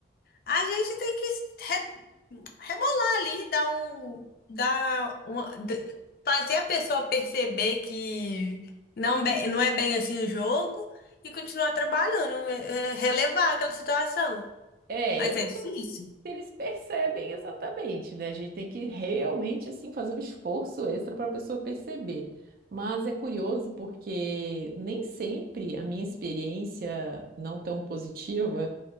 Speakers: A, on the left; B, on the right.
A: a gente tem que re- rebolar ali, dar um, dar uma, d- fazer a pessoa perceber que não, be- não é bem assim o jogo e continuar trabalhando, é- é relevar aquela situação.
B: é,
A: Mas
B: eu não
A: é difícil.
B: eles percebem exatamente, né? A gente tem que realmente assim fazer um esforço extra para a pessoa perceber. Mas é curioso porque nem sempre a minha experiência não tão positiva